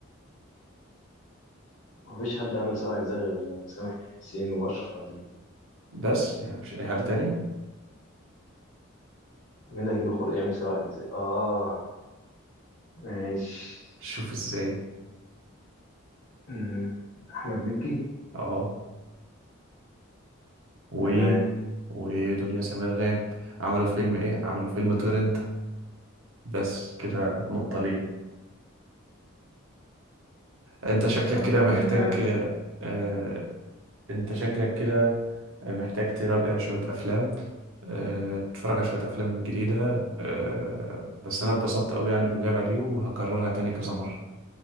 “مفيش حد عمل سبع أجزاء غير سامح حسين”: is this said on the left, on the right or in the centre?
Left